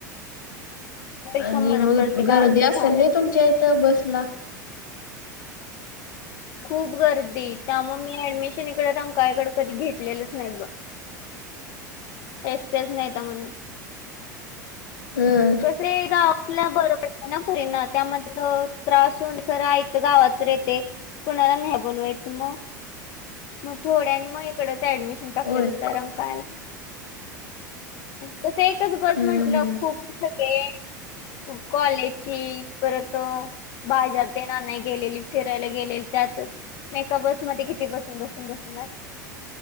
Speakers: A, on the left; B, on the left.
A: त्यापेक्षा
B: आणि
A: बरं
B: मग
A: पडते
B: गर्दी
A: गावाच्या
B: असलं
A: बाहेर.
B: नाही तुमच्या इथं बसला.
A: खूप गर्दी त्यामुळे मी ऍडमिशन इकडं रंकाळ्याकडे कधी घेतलेलंच नाही ब. टेस्टच नाही येता म्हणून
B: हम्म.
A: कसे ए गाव ल्या बरोबर <unintelligible> पुरींना त्यामध्ये त्रास होऊन करा इथं गावात येते. कुणाला नाही बोलवायचं म म थोड्यानी मग इकडच ऍडमिशन टाकल्यातचा
B: होय.
A: रंग काय कसं एकच बस
B: हम्म
A: म्हंटलं
B: हम्म
A: खूप <unintelligible> कॉलेजची परत बाजार तेन आणायला गेलेली, फिरायला गेलेली त्यातच. मग एका बसमध्ये किती बसून बसून बसणार?